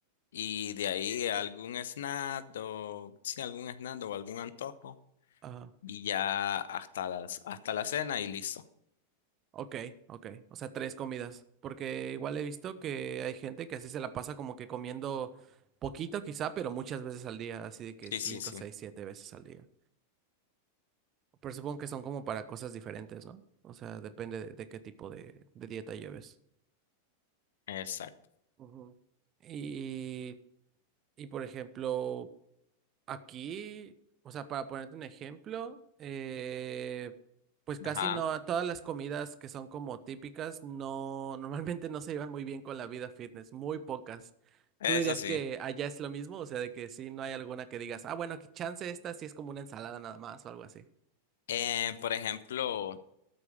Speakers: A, on the left; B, on the right.
A: Y de ahí algún snack o sí, algún snack o algún antojo.
B: ajá.
A: Y ya hasta las, hasta la cena y listo.
B: Ok, ok. O sea, tres comidas. Porque igual he visto que hay gente que así se la pasa como que comiendo poquito quizá, pero muchas veces al día, así de que
A: Sí,
B: cinco,
A: sí, sí.
B: seis, siete veces al día. Pero supongo que son como para cosas diferentes, ¿no? O sea, depende de, de qué tipo de, de dieta lleves.
A: Exacto.
B: Ujú. Y, y por ejemplo, Aquí, o sea, para ponerte un ejemplo, eh, pues casi
A: Ajá.
B: no, todas las comidas que son como típicas, no, <laughs> normalmente no se llevan muy bien con la vida fitness, muy pocas.
A: Eso
B: ¿Tú dirías
A: sí.
B: que allá es lo mismo? O sea, de que sí, no hay alguna que digas, ah, bueno, que chance esta sí es como una ensalada nada más o algo así.
A: Eh, por ejemplo,